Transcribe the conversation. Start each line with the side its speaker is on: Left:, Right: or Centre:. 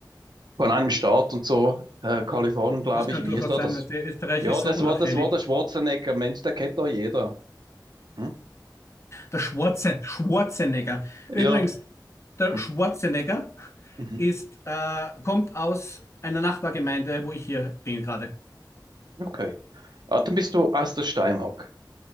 Right: von einem Staat und so, äh, Kalifornien, glaube
Left: Das kann
Right: ich, wie
Left: durchaus
Right: ist da
Left: sein,
Right: das?
Left: weil der Österreich
Right: Ja,
Left: ist
Right: das
Left: so unauffällig.
Right: war, das war der Schwarzenegger, Mensch, der kennt doch jeder. Hm?
Left: Der Schwarze, Schwarzenegger.
Right: Ja.
Left: Übrigens, der
Right: Hm.
Left: Schwarzenegger
Right: Mhm.
Left: ist, äh, kommt aus einer Nachbargemeinde, wo ich hier bin gerade.
Right: Okay. Ah, dann bist du aus der Steiermark.